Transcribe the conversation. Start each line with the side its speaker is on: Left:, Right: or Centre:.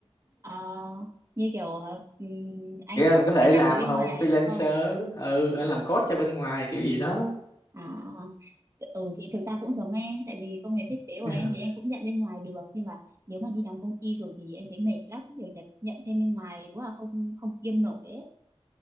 Right: Ờ, như kiểu ờ, ừm, anh
Left: Nghĩa là
Right: cốt
Left: anh có thể
Right: các anh
Left: làm
Right: thấy bên
Left: hầu
Right: ngoài
Left: freelancer
Right: đúng không?
Left: ừ anh
Right: À,
Left: làm code cho bên ngoài kiểu gì đó
Right: à, ừ thì thực ra cũng giống em tại vì công việc thiết kế của
Left: <laughs>
Right: em thì em cũng nhận bên ngoài được nhưng mà nếu mà đi làm công ty rồi thì em thấy mệt lắm đều nhận, nhận thêm bên ngoài đúng là không không kiêm nổi ấy.